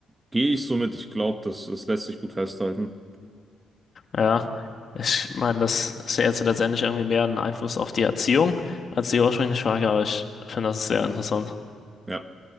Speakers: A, on the right; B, on the left.
A: Gehe ich so mit. Ich glaube, das, das lässt sich gut festhalten.
B: Ja, ich meine, das ist ja jetzt letztendlich irgendwie mehr ein Einfluss auf die Erziehung als die ursprüngliche Frage, aber ich finde, das ist sehr interessant.
A: Ja.